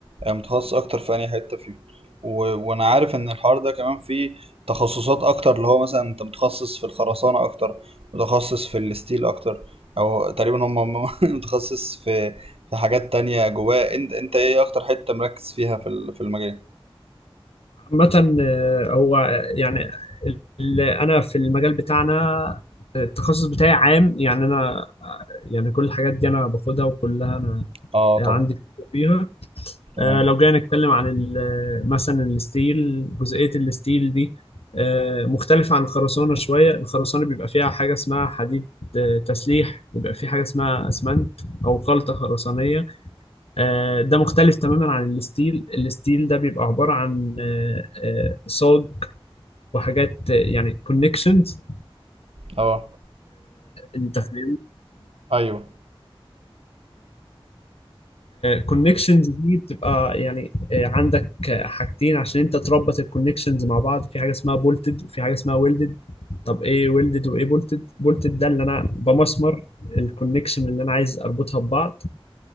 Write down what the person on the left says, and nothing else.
عامة آه، هو يعني اللي انا في المجال بتاعنا آه، التخصص بتاعي عام يعني انا آه، يعني كل الحاجات دي انا باخدها وكلها انا
عندي
خبرة فيها
آه، لو جينا نتكلم عن ال- مثلا الستيل جزئية الستيل دي آه، مختلفة عن الخرسانة شوية الخرسانة بيبقى فيها حاجة اسمها حديد آه، تسليح وبيبقى فيه حاجة اسمها أسمنت أو خلطة خرسانية آه، ده مختلف تماما عن الستيل الستيل ده بيبقى عبارة عن آه، آه، صاج وحاجات آه، يعني كونكشنز
أنت فاهم
كونكشنز دي بتبقى يعني آه، عندك آه، حاجتين عشان انت تربط الكونكشنز مع بعض في حاجه اسمها بولتد وفي حاجه اسمها ويلدد طب ايه ويلدد وايه بولتد بولتد ده اللي انا بمسمر الكونكشن اللي انا عايز اربطها ببعض